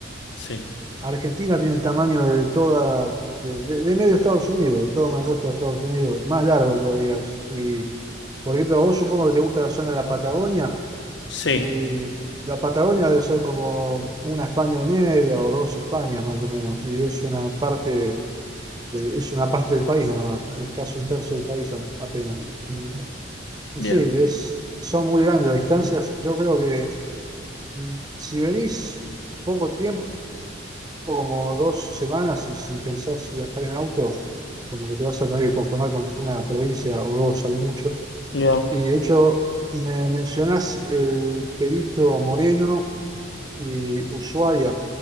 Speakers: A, on the left; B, on the right.
A: Sí.
B: Argentina tiene el tamaño de toda, de, de- de medio Estados Unidos, de toda una costa de Estados Unidos, más largo todavía es. Y, por ejemplo, a vos supongo que te gusta la zona de la Patagonia,
A: Sí,
B: y la Patagonia debe ser como una España y media o dos Españas más o menos, y es una parte, eh, es una parte del país nada más, es casi un tercio del país a- apenas. Y, y
A: Ya,
B: sí, es, son muy grandes las distancias. Yo creo que mm, si venís... poco tiempo como dos semanas y si pensás viajar en auto, como que te vas a tener que conformar con una provincia o dos a lo mucho.
A: ya,
B: Y de hecho, me mencionás el Perito Moreno y Ushuaia.